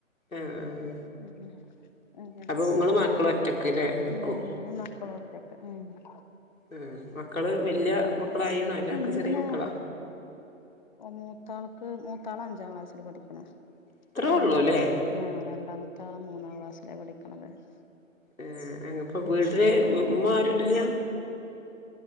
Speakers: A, on the left (about 80°); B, on the left (about 35°).
A: ആഹ് ആഹ്
B: ഉ അതെക്കെ
A: അപ്പൊ ഇങ്ങള് മക്കള് ഒറ്റക്ക്ല്ലേ നിക്കും
B: ഞങ്ങൾ മക്കളൊക്കെ ഉണ്ട്‌
A: ആഹ് മക്കള് വല്യ മക്കളായിണോ അല്ല ഒക്കെ
B: ഇല്ല
A: ചെറിയ മക്കളാ
B: മൂത്താൾക്ക് മൂത്താള് അഞ്ചിൽ ക്ാസ്സിില് പഠിക്കന
A: ഇത്രേ
B: രണ്ടാമത്തെ
A: ഉള്ളൂല്ലേ
B: ആ രണ്ടാമത്തെ ആള്െ മൂന്നാം ക്ലാസ്സിലെ പഠിക്ക എന്നല്ലേ <unintelligible>
A: ഏർ അങ്ങപ്പൊ വീട്ടില് ഉമ്മ ആരുല്ല